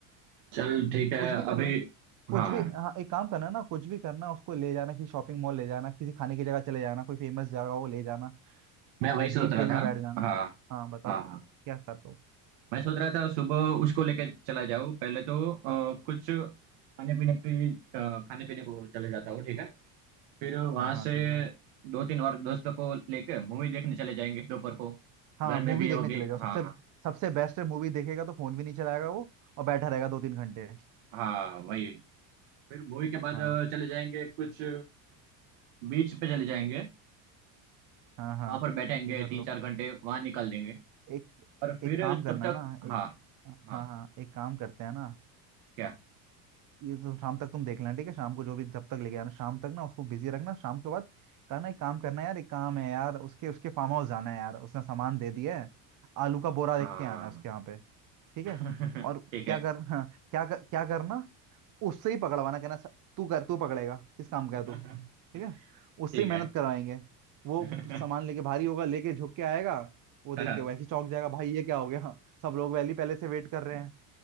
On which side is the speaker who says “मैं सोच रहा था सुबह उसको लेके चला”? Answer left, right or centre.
Right